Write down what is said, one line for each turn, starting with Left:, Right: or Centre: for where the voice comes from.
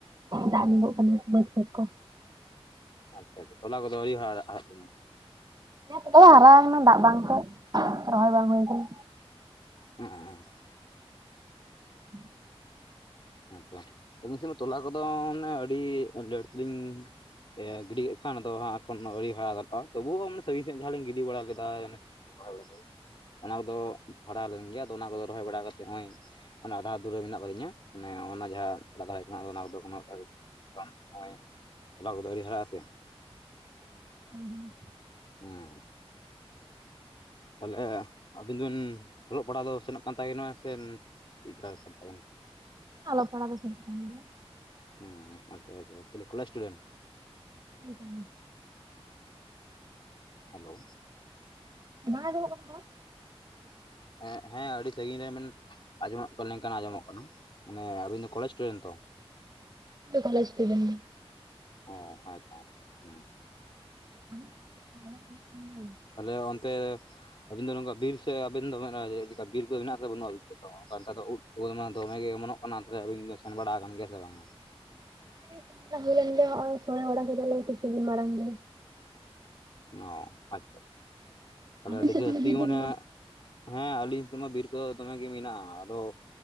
Right: ᱫᱟᱜ ᱧᱚᱜᱚᱜ
Left: ᱚ
Right: ᱠᱟᱱᱟ ᱵᱟᱹᱫᱽ ᱠᱷᱮᱛ ᱠᱚ᱾
Left: ᱟᱪᱪᱷᱟ ᱟᱪᱪᱷᱟ ᱛᱚᱞᱟ ᱠᱚᱫᱚ ᱟᱹᱰᱤ ᱦᱚᱲᱟᱜ ᱦᱟᱨᱟ ᱦᱟᱨᱟᱜ ᱠᱟᱱᱟ,
Right: ᱱᱮᱥ ᱛᱚ ᱦᱟᱨᱟ ᱠᱟᱱᱟ ᱫᱟᱜ ᱵᱟᱝ ᱠᱷᱟᱡ ᱨᱚᱦᱚᱭ ᱵᱟᱝ ᱦᱩᱭ ᱟᱠᱟᱱᱟ,
Left: ᱚᱸ,
Right: ᱦᱮᱸ <inaudible>
Left: ᱦᱮᱸᱛᱚ ᱟᱹᱞᱤᱧ ᱥᱮᱫᱚ ᱢᱟ ᱛᱚᱞᱟ ᱠᱚᱫᱚ ᱢᱟᱱᱮ ᱟᱹᱰᱤ ᱞᱮᱴ ᱛᱮᱞᱤᱧ ᱮᱭᱟ ᱜᱤᱰᱤ ᱠᱮᱫ ᱠᱷᱟᱱ ᱟᱫᱚ ᱦᱟᱸᱜ ᱮᱠᱷᱚᱱ ᱟᱹᱣᱨᱤ ᱦᱟᱨᱟᱜ-ᱟ ᱛᱟᱠᱚᱣᱟ ᱛᱚᱵᱩ ᱦᱚᱸ ᱢᱟᱱᱮ ᱥᱟᱹᱜᱤᱧ ᱥᱮᱫ ᱡᱟᱦᱟᱸ ᱞᱤᱧ ᱜᱤᱰᱤ ᱵᱟᱲᱟ ᱞᱮᱫᱟ <inaudible> ᱚᱱᱟ ᱠᱚᱫᱚ ᱦᱟᱨᱟ ᱞᱮᱱ ᱜᱮᱭᱟ ᱟᱫᱚ ᱚᱱᱟ ᱠᱚᱫᱚ ᱨᱚᱦᱚᱭ ᱵᱟᱲᱟ ᱠᱟᱛᱮᱫ ᱱᱚᱜ-ᱚᱭ ᱚᱱᱟ ᱟᱫᱷᱟ ᱫᱷᱩᱨᱟᱹ ᱢᱮᱱᱟᱜ ᱟᱠᱟᱫᱤᱧᱟ, ᱢᱟᱱᱮ ᱚᱱᱟ ᱡᱟᱦᱟᱸ ᱚᱲᱟᱜ ᱫᱷᱟᱨᱮ ᱠᱟᱱᱟ ᱚᱱᱟ ᱠᱚᱫᱚ <unintelligible> ᱛᱚᱞᱟ ᱠᱚᱫᱚ ᱟᱹᱣᱨᱤ ᱦᱟᱨᱟᱜ ᱟᱥᱮ,
Right: ᱟᱹᱣᱨᱤ,
Left: ᱦᱮᱸ, ᱛᱟᱦᱚᱸᱞᱮ ᱟᱹᱵᱤᱱ ᱫᱚᱵᱤᱱ ᱚᱞᱚᱜ ᱯᱟᱲᱦᱟᱜ ᱫᱚ ᱥᱮᱱᱚᱜ ᱠᱟᱱ ᱛᱟ ᱵᱮᱱᱟ ᱥᱮ? ᱪᱤᱜᱠᱟ ᱵᱮᱯᱟᱨ ᱛᱟᱵᱮᱱ?
Right: ᱟᱞᱚᱜ ᱯᱟᱲᱦᱟᱣ ᱫᱚ ᱥᱮᱱᱚᱜ ᱠᱟᱱ ᱜᱮᱭᱟ,
Left: ᱦᱩᱸ ᱟᱪᱪᱷᱟ ᱟᱪᱪᱷᱟ ᱛᱟᱦᱚᱸᱞᱮ ᱠᱚᱞᱮᱡᱽ ᱤᱥᱴᱩᱰᱮᱱᱴ᱾
Right: ᱞᱮᱭ ᱫᱟᱞᱤᱧᱼᱼ
Left: ᱦᱮᱞᱳ,
Right: ᱵᱟᱝ ᱟᱡᱚᱢᱚᱜ ᱠᱟᱱᱟ ᱨᱚᱲ?
Left: ᱦᱸ ᱦᱮᱸ ᱟᱹᱰᱤ ᱥᱟᱹᱜᱤᱧ ᱨᱮ ᱢᱮᱱ, ᱟᱸᱡᱚᱢᱚᱜ ᱞᱮᱠᱷᱟᱱ ᱟᱸᱡᱚᱢᱚᱜ ᱠᱟᱱᱟ ᱢᱟᱱᱮ ᱟᱵᱤᱱ ᱫᱚ ᱠᱚᱞᱮᱡᱽ ᱥᱴᱩᱰᱮᱱᱴ ᱛᱚ᱾
Right: ᱠᱚᱞᱮᱡᱽ ᱤᱥᱴᱩᱰᱮᱱᱴ,
Left: ᱦᱮᱸ ᱱᱚᱜ-ᱚᱭ ᱛᱚ ᱦᱮᱸ,
Right: <inaudible>
Left: ᱛᱟᱦᱚᱸᱞᱮ ᱚᱱᱛᱮ? ᱟᱹᱵᱤᱱ ᱫᱚ ᱱᱚᱝᱠᱟ ᱵᱤᱨ ᱥᱮᱫ ᱟᱵᱮᱱ ᱫᱚ <unintelligible> ᱵᱤᱨ ᱠᱚ ᱢᱮᱱᱟᱜ ᱢᱮᱱᱟᱜ-ᱟ ᱥᱮ ᱵᱟᱹᱱᱩᱜ-ᱟ ᱟᱹᱵᱤᱱ ᱥᱮᱫ ᱫᱚ ᱚᱱᱠᱟ ᱱᱮᱛᱟᱨ ᱫᱚ ᱩᱫ ᱳᱫ ᱢᱟ ᱫᱚᱢᱮ ᱜᱮ ᱮᱢᱚᱱᱚᱜ ᱠᱟᱱᱟ ᱛᱟᱦᱚᱸᱞᱮ ᱟᱵᱤᱱ ᱫᱚ ᱥᱮᱱ ᱵᱟᱲᱟ ᱟᱠᱟᱱ ᱜᱮᱭᱟ ᱥᱮ ᱵᱟᱝᱟ᱾
Right: ᱦᱮᱸ ᱥᱮᱱ ᱵᱟᱲᱟ ᱦᱳᱭ ᱞᱮᱱ ᱜᱮᱭᱟ ᱦᱚᱜ-ᱚᱭ ᱥᱚᱬᱮ ᱵᱟᱲᱟ ᱠᱮᱫᱟᱞᱮ ᱠᱤᱪᱷᱩ ᱫᱤᱱ ᱢᱟᱲᱟᱝ ᱜᱮ᱾
Left: ᱚ ᱟᱪᱪᱷᱟ ᱛᱟᱦᱚᱸᱞᱮ
Right: ᱟᱹᱵᱤᱱ
Left: ᱟᱹᱰᱤ
Right: ᱥᱮᱫ
Left: ᱡᱟᱹᱥᱛᱤ
Right: ᱛᱤᱱᱟᱹᱜ ᱡᱤᱞ
Left: ᱜᱮ
Right: ᱫᱚ
Left: ᱢᱟᱱᱮ
Right: ᱢᱮᱱᱟᱜᱼᱟ?
Left: ᱦᱮᱸ ᱟᱹᱞᱤᱧ ᱥᱮᱢᱟ ᱵᱤᱨ ᱠᱚᱫᱚ ᱫᱚᱢᱮ ᱜᱮ ᱢᱮᱱᱟᱜ-ᱟ ᱟᱫᱚ-